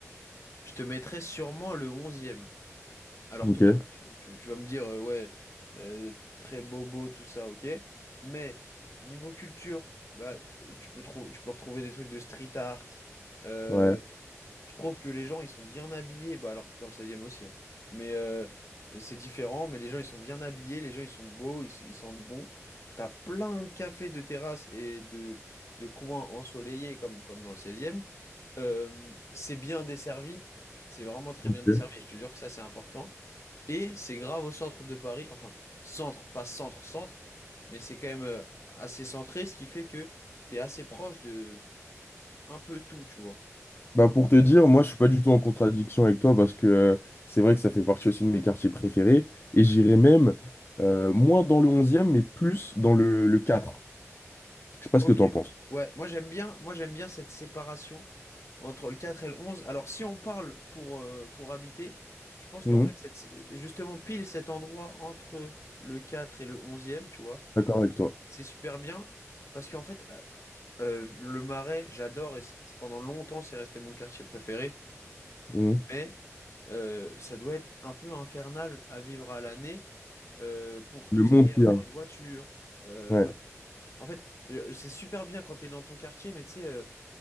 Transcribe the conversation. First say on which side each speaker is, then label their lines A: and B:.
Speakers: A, on the left; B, on the left.
A: je te mettrais sûrement le onzième. Alors
B: Ok,
A: tout le monde, euh, tu, tu vas me dire, euh, ouais, euh, très bobo, tout ça, ok. Mais niveau culture, bah, tu peux trou- tu peux retrouver des trucs de street art. Euh,
B: ouais.
A: je trouve que les gens, ils sont bien habillés. Bah, alors dans le seizième aussi, hein. Mais euh, c'est différent. Mais les gens, ils sont bien habillés, les gens, ils sont beaux, ils, s- ils sentent bon. T'as plein de cafés, de terrasses et de, de coins ensoleillés comme, comme dans le seizième. Euh, c'est bien desservi. C'est vraiment très
B: ok.
A: bien desservi. Je te jure que ça, c'est important. Et c'est grave au centre de Paris, enfin, centre, pas centre, centre, mais c'est quand même euh, assez centré, ce qui fait que t'es assez proche de un peu tout, tu vois.
B: Bah pour te dire, moi je suis pas du tout en contradiction avec toi parce que euh, c'est vrai que ça fait partie aussi de mes quartiers préférés et j'irais même euh, moins dans le onzième mais plus dans le, le quatre Je sais pas
A: Ok.
B: ce que t'en penses.
A: Ouais, moi j'aime bien, moi j'aime bien cette séparation entre le 4 et le 11. Alors si on parle pour, euh, pour habiter, je pense
B: Mhm.
A: qu'en fait, cette, sé- justement, pile cet endroit entre le 4 et le 11e, tu vois,
B: D'accord avec toi.
A: c'est super bien parce qu'en fait, euh, euh, le Marais, j'adore et c'était- pendant longtemps, c'est resté mon quartier préféré.
B: Mhm.
A: mais Euh, ça doit être un peu infernal à vivre à l'année euh, pour
B: Le
A: tout
B: monde
A: ce qui est
B: qu'il
A: avoir
B: y a.
A: une voiture. Euh,
B: Ouais,
A: en fait, je- c'est super bien quand t'es dans ton quartier, mais tu sais, euh,